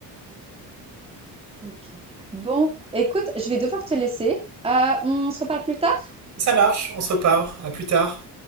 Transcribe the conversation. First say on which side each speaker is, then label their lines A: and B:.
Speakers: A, on the right; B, on the right.
A: Ok. Bon, écoute, je vais devoir te laisser. Euh, on se reparle plus tard?
B: Ça marche, on se reparle. À plus tard.